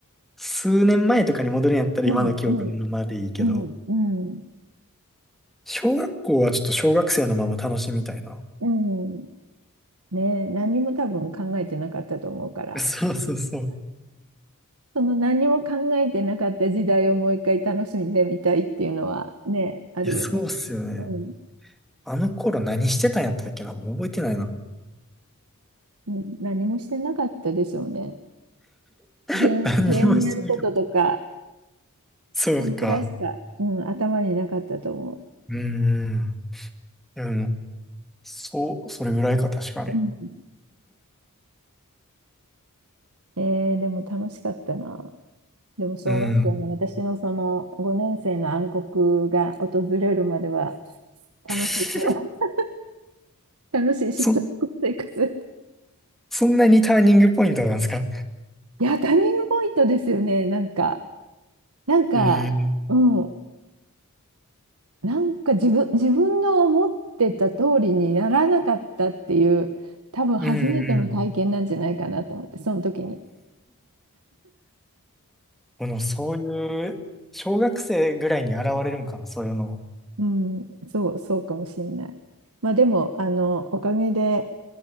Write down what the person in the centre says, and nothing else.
数年前とかに戻るんやったら今の記憶のままでいいけど、
小学校はちょっと小学生のまま楽しみたいな。
そうそうそう。
いや、そうっすよね。
あの頃何してたんやったっけなもう覚えてないな。
<laughs> 何にもしてなかった。
そうか。
うんうん。でも、そう、それぐらいか、確かに。
うん。
<laughs>
そんそんなにターニングポイントなんですか
ええ
うんうん。
このそういう、小学生ぐらいに現れるんかな、そういうの。